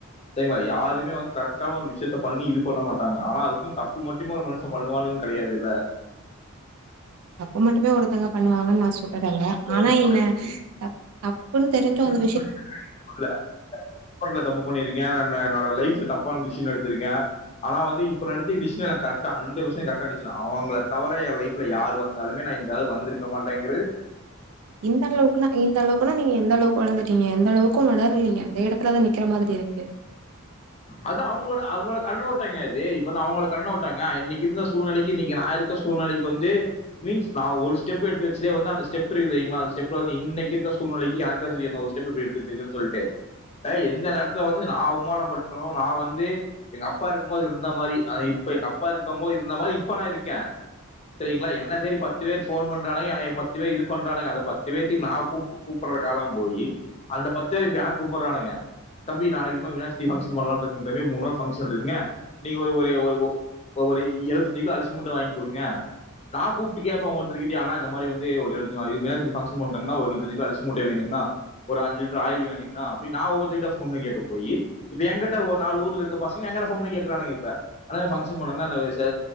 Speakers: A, on the left; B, on the right.
A: சேரிங்களா, யாருமே வந்து கரெக்டான ஒரு விஷயத்த பண்ணி இது பண்ண மாட்டாங்க ஆனா அதுக்குனு தப்பு மட்டுமே ஒரு மனுஷன் பண்ணுவானு கெடையாது இல்ல
B: தப்பு மட்டுமே ஒருத்தவங்க பண்ணுவாங்கன்னு நா சொல்லலேங்க ஆனா
A: நீங்க சொல்றீங்க
B: என்ன த தப்புன்னு தெரிஞ்சு அது
A: இல்ல அ அக்கெளண்ட்ல தப்பு பண்ணிருக்கே ஆனா நா என்னோட லைஃப்ல தப் ப்பான டிஷிசன் எடுத்திருக்கே ஆனா வந்து இப்ப நா எடுத்துருக்க டிஷிசன் எனக்கு கரெக்டா ஹண்ட்ரட் பர்சண்ட் கரெக்டான டிஷிசன் அவங்கள தவர எ லைஃப்ல யார் வந்தாலுமே நா நா இந்த அளவுக்கு வந்திருக்க மாட்டேங்கறது
B: இந்த அளவுக்குன்னா இந்த அளவுக்குன்னா நீங்க எந்த அளவுக்கு வளந்து டீங்க எந்த அளவுக்கு வளரலிங்க அதே எடத்துலதா நிக்கிற மாதிரி இருக்கு
A: அது அவங்களோட அவங்களோட கண்ணோட்டங்க அது இப்ப வந்து அவங்களோட கண்ணோட்டங்க அன்னைக்கி இருந்த சூழ்நிலைக்கு இன்னைக்கு நா இருக்க சூழ்நிலைக்கு வந்து மீன்ஸ் நா ஒரு ஸ்டெப் எடுத்து வச்சதே வந்து அந்த ஸ்டெப் இருக்கு தெரியுங்கள அதோட ஸ்டெப்ல வந்து இன்னைக்கி இருக்க சூழ்நிலைக்கு எனக்குதா தெரியு அந்த ஒரு ஸ்டெப் எப்டி எடுத்து வெச்சிருக்கேனு சொல்லிட்டு அ எந்த நேரத்துல வந்து நா அவமானப்பட் அப்பறோ நா வந்து எங்க அப்பா இருக்கும் போது இருந்த மாரி அ இப்ப எங்க அப்பா இருக்கும் போது இருந்த மாரி இப்ப நா இருக்கே செரிங்களா, என்னத் தேடி பத்து பேர் ஃபோன் பண்றானுங்க எனக்கு பத்து பேர் இது பண்றானுங்க அந்த பத்து பேத்துக்கு நா கூ கூப்பட ட்ற காலம் போயி அந்த பத்து பேர் இப்ப எனக் கூப்புட்றானுங்க தம்பி நாளைக்கி இந்த மாரி விநாயகர் சுத்தி ஃபங்கஷ ன் பண்ணலான்னு இருக்கங்க தம்பி மூண் நாள் ஃபங்க்ஷன் இருக்குங்க நீங்க ஒரு ஒரு ஒரு ஒ ஒ ஒரு இருபத்தஞ்சு கிலோ அரிசி மூட்ட வாங்கி குடுங்க நா கூப்ட்டு கேப்ப ஒவ்வொருத்தருகிட்டயா அண்ணா இந்த மாரி வந்து ஒரு இருவத்தஞ்சு வ விநாயகர் சதுர்த்தி ஃபங்ஷன் பண்றங்கண்ணா ஒரு இருவத்தஞ்சு கிலோ அரிசி மூட்ட வேணுங் ணா ஒரு அஞ்சு லிட்டர் ஆயில் வேணுங்ண்ணா அப்டினு நா ஒவ்வொருத்தகிட்டயா ஃபோன் பண்ணி கேக்கப் போயி இப்ப எங்கிட்ட ஒரு நால ஊர்ல இருக்க பசங்க எங்கட்ட ஃபோன் பண்ணி கேக்குறானுங்க இப்ப அண்ணா ஃபங்ஷன் பண்ணறங்கன்னா அ செ